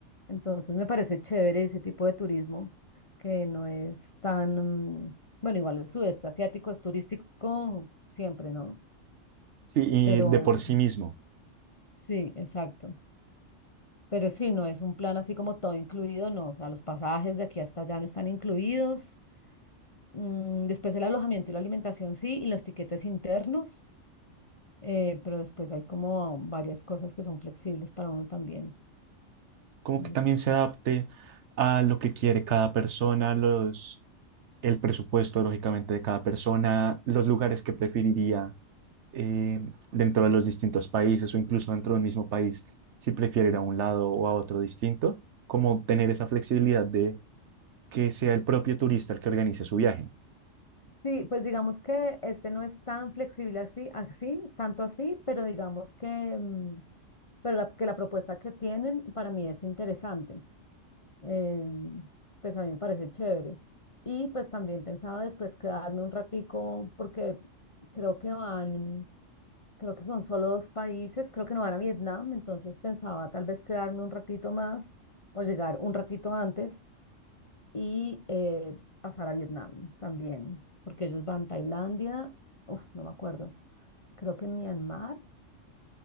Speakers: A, on the left (about 30°); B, on the right (about 65°).
A: Entonces me parece chévere ese tipo de turismo que no es tan, mm, bueno, igual el sudeste asiático es turístico siempre, ¿no?
B: sí, y
A: Pero
B: de por sí mismo.
A: sí, exacto. Pero sí, no es un plan así como todo incluido, no. O sea, los pasajes de aquí hasta allá no están incluidos. Mm, después el alojamiento y la alimentación sí, y los tiquetes internos. eh, pero después hay como varias cosas que son flexibles para uno también.
B: Como
A: Entonces,
B: que también se adapte a lo que quiere cada persona, los, el presupuesto, lógicamente, de cada persona, los lugares que preferiría eh, dentro de los distintos países o incluso dentro del mismo país, si prefiere ir a un lado o a otro distinto, como tener esa flexibilidad de que sea el propio turista el que organice su viaje.
A: sí, pues digamos que este no es tan flexible así, así, tanto así, pero digamos que, mm, pero la- que la propuesta que tienen para mí es interesante. em, pues a mí me parece chévere. Y pues también pensaba después quedarme un ratico porque creo que van, creo que son solo dos países, creo que no van a Vietnam, entonces pensaba tal vez quedarme un ratito más o llegar un ratito antes y eh, pasar a Vietnam también, porque ellos van a Tailandia, uf, no me acuerdo, creo que Myanmar